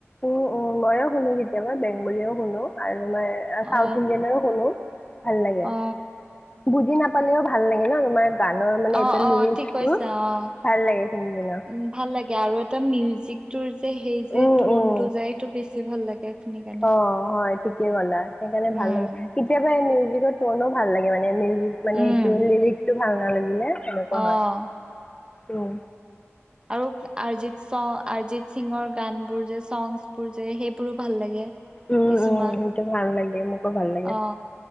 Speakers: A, on the left; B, on the right.
A: উ' উম 'য়ো শুনো কেতিয়াবা বেংগলীয়েও শুনো আৰু মই চাউথ
B: অ
A: ইণ্ডিয়ানেও শুনো। ভাল লাগে,
B: অ
A: বুজি নাপালেও ভাল লাগে ন তোমাৰ। গানৰ মানে এইটো
B: অ' অ'
A: লিৰিক্সটো
B: ঠিক কৈছা অ'।
A: ভাল লাগে শুনি কিনা
B: উ' ভাল লাগে আৰু এটা মিউজিক টোৰ যে সেই যে
A: উম
B: টন
A: উম
B: টো যায় সেইটো বেছি ভাল লাগে। শুনি কাৰণে
A: অ হয় ঠিকে কলা সেইকাৰণে
B: উম
A: ভাল লাগে, কেতিয়াবা মিউজ টনো ভাল লাগে মানে মিউজিক মানে
B: উম
A: এইটো লিৰিকটো ভাল নালাগিলে সেনেকুৱা
B: অ
A: হয়। অ'
B: আৰু অৰিজিত চ অৰিজিত সিঙৰ গান বোৰ যে চংগছবোৰ যে সেইবোৰো ভাল লাগে।
A: উ'
B: কিছুমান
A: উম'সেইটো ভাল লাগে মোকো ভাল লাগে,
B: অ